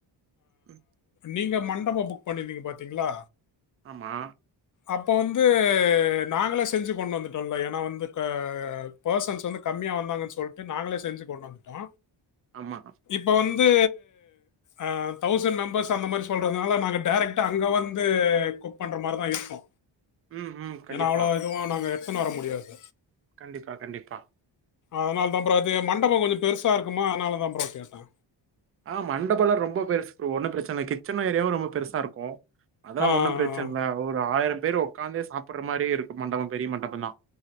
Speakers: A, on the right; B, on the left.
A: உஹ்
B: நீங்க மண்டபோ புக் பண்ணிருந்தீங்க பாத்தீங்ளா
A: ஆமா
B: அப்போ வந்து நாங்களா செஞ்சு கொண்டு வந்துட்டோல்ல எப் நா வந்து க பெர்சன்ஸ் வந்து கம்மியா வந்தாங்கன் சொல்டு நாங்களே செஞ்சி கொண்டு வன்ட்டோ
A: ஆம்மா
B: இப்ப வந்து ஆ தௌசண்ட் மெம்பர்ஸ் அந்த மாரி சொல்றத்னால நாங்க டேரெக்டா அங்க வந்து குக் பண்ற மாரிதா இருக்கு
A: ம், ம். கண்டிப்பா,
B: ஏன்னா அவ்ளோ இதுவா நாங்க எடுத்துன் வர முடியாது
A: கண்டிப்பா கண்டிப்பா
B: அதனால்தா ப்ரோ அது மண்டபோ கொஞ்சொ பெருசா இருக்குமா அதனால தா ப்ரோ கேட்ட
A: ஆ மண்டபலா ரொம்ப பெருசு ப்ரோ ஒன்னு பிரச்சன இல் கிச்சன்னு ஏரியாவு ரொம்ப பெருசா இருக்கு அதெல்லா
B: ஆ, ஆ.
A: ஒன்னு பிரச்சன் இல்ல ஒரு ஆயிரம் பேர் உட்காந்தே சாப்பிட்ற மாரியே இருக்கு மண்டபோ பெரிய மண்டபந்தா